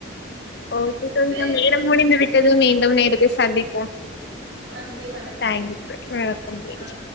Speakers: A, on the left; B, on the right.
A: ஓகே தோழி
B: சேரி
A: நம் நேரம்
B: தோழி.
A: முடிந்து விட்டது
B: முன்வைத்தது
A: மீண்டும் நேரத்தை சந்திப்போ
B: நன்றி வணக்கம்.
A: தேங்க்யூ தோழி வணக்கம் தோழி
B: அ.